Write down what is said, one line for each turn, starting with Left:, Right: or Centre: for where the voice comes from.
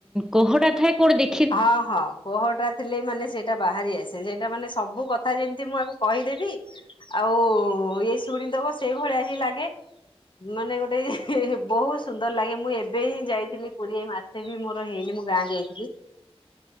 Centre: କୋହଟଥାଏ କୋଉଟ ଦେଖ
Left: ହଁ ହଁ କୋହଟା ଥିଲେ ମାନେ ସେଇଟା ବାହାରି ଆସେ ସେଇଟା ମାନେ ସବୁ କଥା ଯେମିତି ମୁଁ ଆକୁ କହିଦେବି ଆଉ ଏଇ ଶୁଣିଦବ ସେଇ ଭଳିଆ ହିଁ ଲାଗେ। ମାନେ ଗୋଟେ ବହୁତ ସୁନ୍ଦର ଲାଗେ ମୁଁ ଏବେ ହିଁ ଯାଇଥିଲି ପୁରୀ ଏଇ ମାସ ସେ ବି ମୋର ହେଇନି ମୁଁ ଗାଁ ଯାଇଥିଲି।